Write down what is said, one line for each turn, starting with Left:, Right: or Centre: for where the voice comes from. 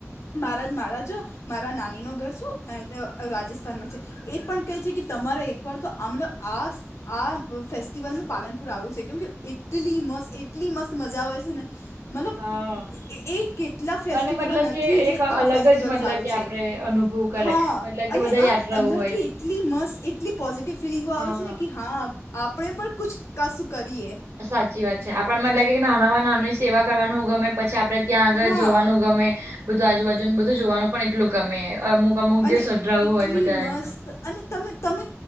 Left: મારા મારા જો મારા નાનીનું ઘર શું રાજસ્થાનમાં છે. એ પણ કહે છે કે તમારે એક વાર તો આમ આ આ ફેસ્ટિવલનું પાલન પૂર આવું છે. કેમ કે એટલી મસ્ત એટલી મસ્ત મજા હોય છે ને મતલબ
Right: હા
Left: એ કેટલા ફેસ્ટિવલો
Right: અને મતલબ
Left: નથી
Right: કે
Left: જે
Right: એક અલગ
Left: આ ફેસ્ટિવલ
Right: જ મતલબ
Left: સારું
Right: કે
Left: છે.
Right: આપણે અનુભવ કરે
Left: હા
Right: મતલબ કે
Left: અને
Right: બધા યાત્રાઓ
Left: આમ અંદરથી
Right: હોય
Left: એટલી મસ્ત એટલી પોઝિટિવ ફિલિંગો
Right: હા
Left: આવે છે ને કે હા આપણે પર કછ કસ કરીએ.
Right: સાચી વાત છે આપણ મતલે કે નાનામાં નામની સેવા કરવાનું ગમે. પછી આપડે ત્યાં આગળ
Left: હા
Right: જવાનું ગમે બધું આજુબાજુનું બધું જોવાનું પણ એટલું ગમે. અમુક અમુક
Left: અને
Right: જે સઢરાવું
Left: એટલી
Right: હોય બધા
Left: મસ્ત
Right: એમનું.
Left: અને તમે તમે